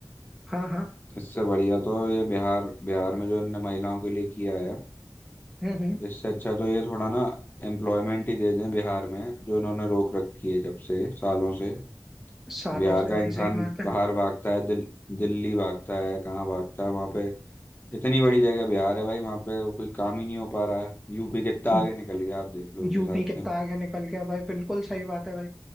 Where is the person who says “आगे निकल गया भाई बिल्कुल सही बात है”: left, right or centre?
Centre